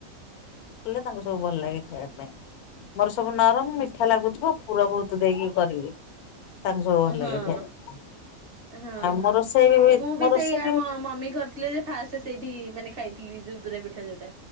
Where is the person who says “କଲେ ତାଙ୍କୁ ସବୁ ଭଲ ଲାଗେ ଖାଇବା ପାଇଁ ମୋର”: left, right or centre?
Left